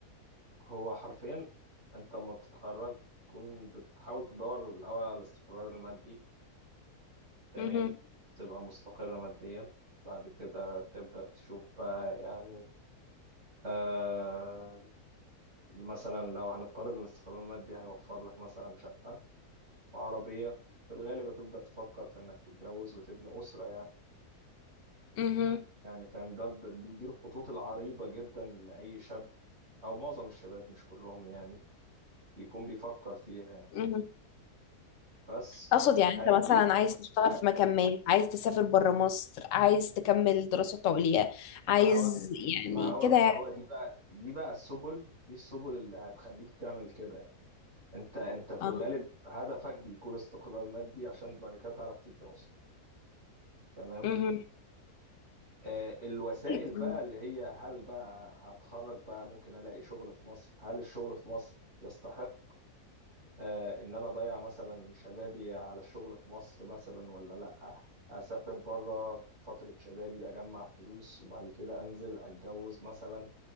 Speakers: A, on the right; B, on the left.
A: هو حرفيا انت لما بتتخرج تكون بتحاول تدور الاول على الاستقرار المادي تمام
B: مهم.
A: تبقى مستقر ماديا بعد كده تبدأ تشوف بقى يعني آه مثلا لو هنفترض ان الاستقرار المادي هيوفر لك مثلا شقة وعربية في الغالب هتبدأ تفكر في انك تتجوز وتبني أسرة يعني
B: مهم.
A: يعني فاهم ده ده- دي, دي الخطوط العريضة جدا لأي شاب او معظم الشباب مش كلهم يعني بيكون بيفكر فيها يعني
B: مهم.
A: بس
B: اقصد يعني
A: هيجيب
B: انت مثلا عايز تشتغل
A: ه-
B: في مكان ما عايز تسافر بره مصر عايز تكمل دراسات عليا عايز
A: ما هو
B: يعني
A: ما هو
B: كده يعني
A: ما هو دي بقى دي بقى السبل دي السبل اللي هتخليك تعمل كده يعني انت انت
B: <laughs>
A: في
B: اه
A: الغالب هدفك بيكون استقرار مادي عشان بعد كده تعرف تبني أسرة تمام
B: مهم.
A: آه، الوسائل
B: مهم.
A: بقى اللي هي هل بقى هتخرج بقى ممكن الاقي شغل في مصر هل الشغل في مصر يستحق آه، ان انا اضيع مثلا شبابي على الشغل في مصر مثلا ولا لا اسافر بره فترة شبابي اجمع فلوس وبعد كده انزل اتجوز مثلا